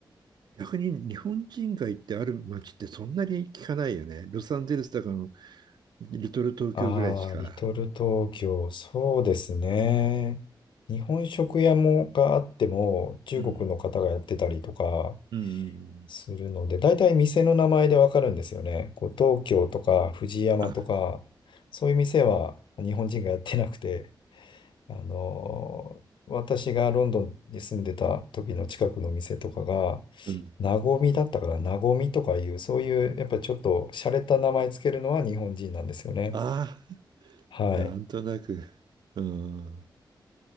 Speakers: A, on the right; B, on the left.
A: 逆に日本人街ってある街ってそんなに聞かないよね。ロサンゼルスとかのリトル東京ぐらいしか。
B: ああ、リトル東京、そうですね。日本食屋もがあっても、中国の方がやってたりとか
A: うん。うん。
B: するので、大体店の名前でわかるんですよね。こう東京とか藤山とか、
A: あ、
B: そういう店は日本人がやってなくて、あのー私がロンドンに住んでた時の近くの店とかが、
A: うん。
B: なごみだったから、なごみとかいう、そういう、やっぱちょっと洒落た名前つけるのは日本人なんですよね。
A: ああ、
B: はい。
A: なんとなく。うん。